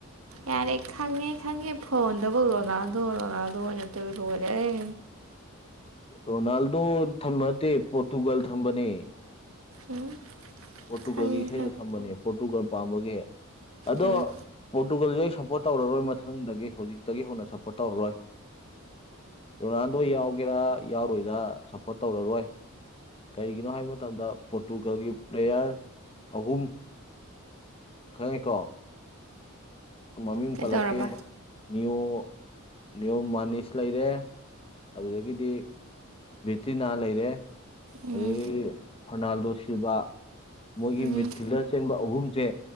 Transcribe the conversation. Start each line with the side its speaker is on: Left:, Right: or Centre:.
Right: ꯌꯥꯔꯦ ꯈꯪꯉꯦ ꯈꯪꯉꯦ ꯐꯣꯟꯗꯕꯨ ꯔꯣꯅꯥꯟꯗꯣ ꯔꯣꯅꯥꯟꯗꯣ ꯉꯥꯛꯇꯕꯨ ꯂꯣꯏꯔꯦꯍꯦ
Left: ꯔꯣꯅꯥꯜꯗꯣ ꯊꯝꯕ ꯅꯠꯇꯦ ꯄꯣꯔꯇꯨꯒꯜ ꯊꯝꯕꯅꯦ
Right: ꯎꯝ
Left: ꯄꯣꯔꯇꯨꯒꯜꯒꯤ
Right: ꯈꯪꯉꯦ
Left: ꯏꯁꯩꯗꯨ
Right: ꯈꯪꯉꯦ
Left: ꯊꯝꯕꯅꯦ ꯄꯣꯔꯇꯨꯒꯜ ꯄꯥꯝꯕꯒꯤ ꯑꯗꯣ
Right: ꯎꯝ
Left: ꯄꯣꯔꯇꯨꯒꯜꯒꯩ ꯁꯞꯄꯣꯔꯠ ꯇꯧꯔꯔꯣꯏ ꯃꯊꯪꯗꯒꯤ ꯍꯧꯖꯤꯛꯇꯒꯤ ꯍꯧꯅ ꯁꯞꯄꯣꯔꯠ ꯇꯧꯔꯔꯣꯏ ꯔꯣꯅꯥꯟꯗꯣ ꯌꯥꯎꯒꯦꯔꯥ ꯌꯥꯎꯔꯣꯏꯔꯥ ꯁꯞꯄꯣꯔꯠ ꯇꯧꯔꯔꯣꯏ ꯀꯩꯒꯤꯅꯣ ꯍꯥꯏꯕ ꯃꯇꯝꯗ ꯄꯣꯔꯇꯨꯒꯜꯒꯤ ꯄ꯭ꯂꯦꯌꯔ ꯑꯍꯨꯝ ꯈꯪꯉꯦꯀꯣ ꯃꯃꯤꯡ
Right: ꯀꯩꯗꯧꯔꯕ
Left: ꯄꯜꯂꯛꯀꯦ ꯅꯤꯌꯣ ꯅꯤꯌꯣꯝ ꯃꯅꯤꯁ ꯂꯩꯔꯦ ꯑꯗꯨꯗꯒꯤꯗꯤ ꯕꯤꯇꯤꯅꯥ ꯂꯩꯔꯦ
Right: ꯎꯝ
Left: ꯑꯗꯒꯤ ꯐꯔꯅꯥꯜꯗꯣ ꯁꯤꯜꯕ ꯃꯣꯏꯒꯤ
Right: ꯎꯝ
Left: ꯃꯤꯗꯐꯤꯜꯗꯔ ꯆꯦꯟꯕ ꯑꯍꯨꯝꯁꯦ